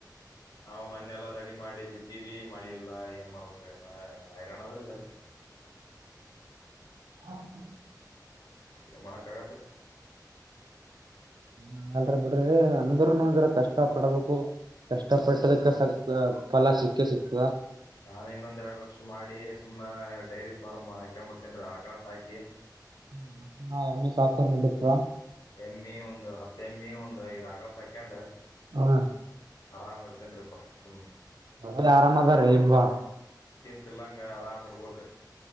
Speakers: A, on the left (about 60°); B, on the right (about 75°).
A: ನ ಮೊನ್ನೆಲ್ಲ ರೆಡಿ ಮಾಡಿ ಬಿತ್ತು ತಿವಿ ಮಳೆ ಎಲ್ಲ ಏನ್ ಮಾಡ್ಬೇಕೋ ಹೈರನದ್ರೆ ಇದಕ
B: ಹೌ ಹ
A: ಏನು ಮಾಡಕ್ಕ ಆಗಲ್ರರಿ
B: ಹ್ಮ ನ ಅಲ್ರ ಬಿಡ್ರಿ ಅಂದ್ರನು ಇದ್ರ ಕಷ್ಟ ಪಡ್ಬೇಕು ಕಷ್ಟ ಪಟ್ಟದಕ್ಕೆ ಸ್ವಲ್ಪ ಫಲ ಸಿಕ್ಕ ಸಿಕ್ತದ
A: ನಾನ್ ಇನ್ನೊಂದ್ ಎರಡು ವರ್ಷ ಮಾಡಿ ಸುಮ್ನ ಡೈರಿ ಫಾರ್ಮ್ ಹಾಕೊಂಡಂಬಡ್ತೇನ್ರೀ ಆಕಳ ಹಾಕಿ
B: ಹ ಅಾ ಎಮ್ಮ ಸಾಕಿದರ ನಡೀತದ
A: ಎಮಿ ಒಂದು ಹತ್ತ ಎಮಿ ಒಂದು ಇದ್ ಆಕಳ ಸಾಕೆಂಡ್
B: ಹಾ
A: ಆರಾಮ್ ಇರ್ತೀನಿರಿ ಪಾ ಸುಮ್ಮ್
B: ಒಟ್ಟಿನಲ್ಲಿ ಆರಾಮದಾ ರೀಪಾ
A: ತಿಲ್ಲಂಗೆ ಆರಾಮ್ ಇರ್ಬೋದ್ರಿ